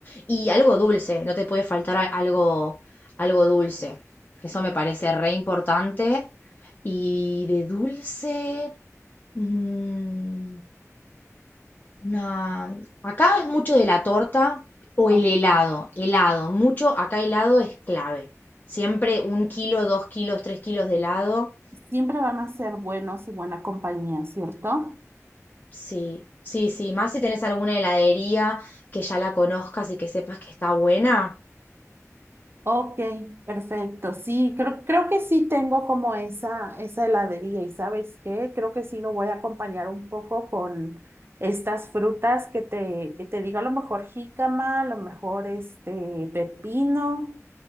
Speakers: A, on the left (about 35°); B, on the right (about 45°).
A: y algo dulce, no te puede faltar a- algo, algo dulce, que eso me parece re importante. Y de dulce... mm, una- Acá es mucho de la torta o
B: Ah,
A: el
B: ok.
A: helado. Helado, mucho, acá helado es clave. Siempre un kilo, dos kilos, tres kilos de helado.
B: Siempre van a ser buenos y buena compañía, ¿cierto?
A: Sí, sí, sí. Más si tenés alguna heladería que ya la conozcas y que sepas que está buena.
B: Ok, perfecto. Sí, creo, creo que sí tengo como esa, esa heladería y ¿sabes qué? Creo que sí lo voy a acompañar un poco con estas frutas que te, que te digo, a lo mejor jícama, a lo mejor este pepino.